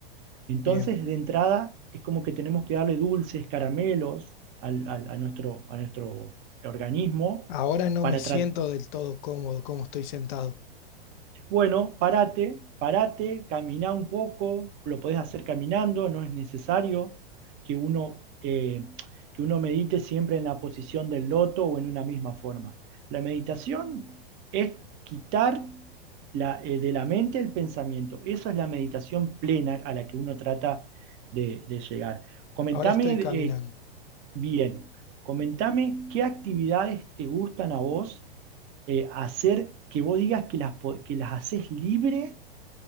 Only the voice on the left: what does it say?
bien.
Ahora no
me siento
del todo cómodo como estoy sentado.
Ahora estoy caminando.